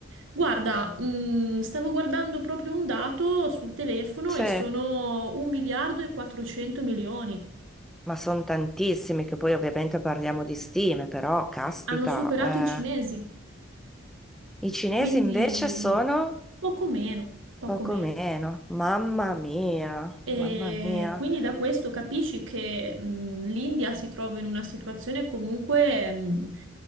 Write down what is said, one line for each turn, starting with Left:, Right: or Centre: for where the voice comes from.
Right: guarda, mm, stavo guardando proprio un dato sul telefono
Centre: Sì,
Right: e sono un miliardo e 400 milioni.
Centre: ma sono tantissimi che poi ovviamente parliamo di stime, però caspita,
Right: Hanno superato i cinesi.
Centre: eh. I cinesi
Right: Quindi
Centre: invece sono
Right: poco meno, poco
Centre: poco
Right: meno.
Centre: meno. Mamma mia,
Right: E
Centre: mamma mia.
Right: quindi da questo capisci che mh, l'India si trova in una situazione comunque mh,